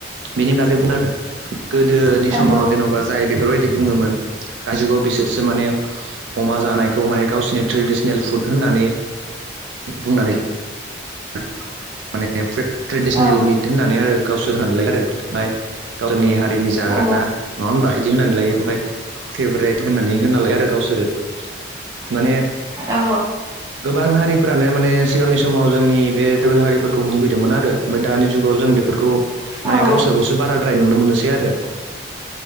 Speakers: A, on the right; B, on the right.
A: बेनि बागै बुं आरो गोदोनि
B: नंगौ
A: समाव जेन'बा जाय बेफोरबाय दि बुङोमोन दा जुगाव बिसोर सो माने अमा जानायखौ माने गावसिोरनि ट्रेडिसनेल फुद होननानै। बुंनानै म माने। ट्रेडिसनेल
B: औ
A: मिट होननानै आरो गावसोर होनलाय आरो ओमफ्राय गावसोरनि हारिनि जाग्रा
B: औ
A: आ। नङा होमबा एदि होनानै लायो ओमफाय। फेभारेट होननानै होनालायो आरो गावसोरो माने
B: औ
A: गोबां हारिफोरानो माने सिगांनि समाव जोंनि बे ट्राइबेल हारिफोरखौ मुगैदोंमोन आरो ओमफ्राय दानि जुगाव जों बेफोरखौ माने
B: औ
A: गावसोरखौसो बाराद्राय नुनो मोननोसै आरो।